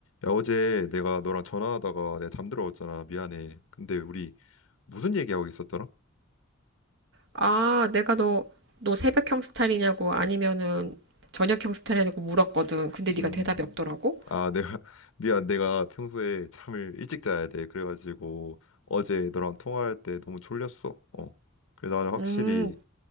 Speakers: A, on the left (about 65°); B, on the right (about 55°).
A: 야, 어제 내가 너랑 전화하다가 내가 잠들어왔잖아. 미안해. 근데 우리 무슨 얘기하고 있었더라?
B: 아, 내가 너, 너 새벽형 스타일이냐고 아니면은 저녁형 스타일이냐고 물었거든. 근데 네가
A: 음,
B: 대답이 없더라고.
A: 아, 내가, <laughs> 미안. 내가 평소에 잠을 일찍 자야 돼. 그래가지고 어제 너랑 통화할 때 너무 졸렸어. 어. 그래, 나는 확실히,
B: 음,